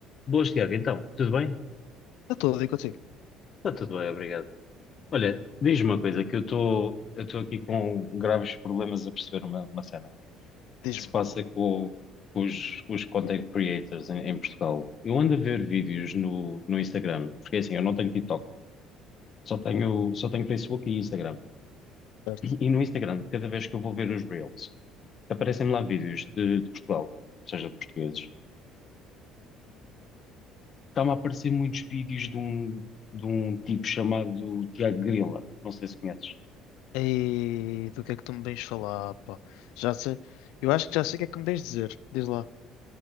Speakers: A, on the left (about 35°); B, on the left (about 85°).
A: Boas, Tiago. Então, tudo bem?
B: Está tudo aí contigo.
A: Está tudo bem, obrigado. Olha, diz-me uma coisa, que eu estou eu estou aqui com graves problemas a perceber uma, uma cena. O
B: Diz-me.
A: que se passa com, com os, com os content creators em, em Portugal? Eu ando a ver vídeos no, no Instagram, porque é assim, eu não tenho TikTok, só tenho, só tenho Facebook e Instagram.
B: Certo.
A: E no Instagram, cada vez que eu vou ver os Reels, aparecem-me lá vídeos de, de Portugal, ou seja, de portugueses. Está-me a aparecer muitos vídeos de um, de um tipo chamado Tiago Grila. Não sei se conheces.
B: e do que é que tu me vens falar, pá? Já sei. Eu acho que já sei o que é que me vens dizer. Diz lá.